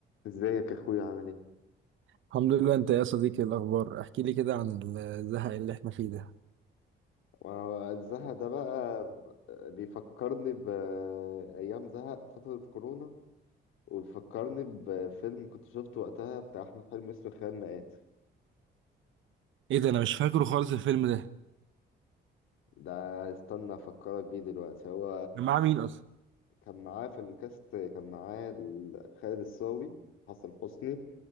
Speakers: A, on the left; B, on the right.
A: ازيك يا اخويا عامل ايه
B: الحمد لله انت يا صديقي إيه الاخبار احكي لي كده عن الزهق اللي احنا فيه ده
A: ما هو زهق ده بقى بيفكرني بأيام زهق فترة كورونا وبيفكرني بفيلم كنت شفته وقتها بتاع أحمد حلمي اسمه خيال مآت
B: ايه ده انا مش فاكره خالص الفيلم ده
A: ده استنى أفكرك بيه دلوقتي هو
B: كان معاه مين اصلا
A: كان معاه في الكاست كان معاه ال- خالد الصاوي حسن حسني